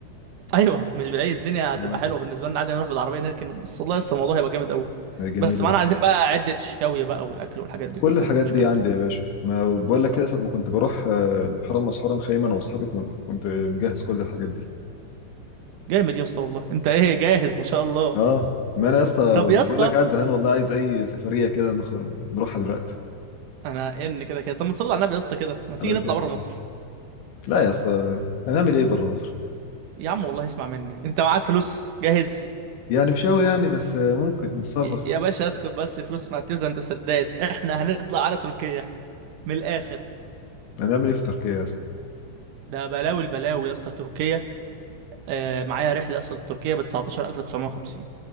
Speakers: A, on the right; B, on the left.
A: أيوه مش بعيد الدنيا هتبقى
B: اه
A: حلوة بالنسبة لنا عادي نروح بالعربية نركن بص والله لسه الموضوع هيبقى جامد أوي
B: آه، جميله
A: بس معانا
B: دي
A: عايزين بقى عدة الشاوية بقى والأكل والحاجات دي
B: كل
A: كلها
B: الحاجات
A: دي المشكلة
B: دي عندي
A: الوحيده.
B: يا باشا ما بقول لك
A: طب
B: كده ساعه ما كنت بروح آه، البحيره المسحوره نخيم انا واصحابي كن- كنت مجهز كل الحاجات دي
A: جامد يا اسطى والله أنت إيه جاهز ما شاء الله
B: اه ما انا يا اسطى
A: طب يا اسطى
B: بقول لك قاعد زهقان والله عايز اي سفريه كده نخ... نروحها دلوقتي
A: أنا إن كده كده طب ما تصلي على النبي يا اسطى كده ما تيجي
B: عليه الصلاة
A: نطلع
B: والسلام
A: بره مصر
B: لا يا اسطى هنعمل ايه بره مصر
A: يا عم والله اسمع مني انت معاك فلوس جاهز
B: يعني مش قوي يعني بس ممكن نتصرف
A: ي- يا باشا اسكت بس الفلوس ما هتفز انت سداد احنا هنطلع على تركيا من الاخر
B: هنعمل ايه في تركيا يا اسطى
A: ده بلاوي البلاوي يا اسطى تركيا آه معايا رحله اصلا تركيا ب 19950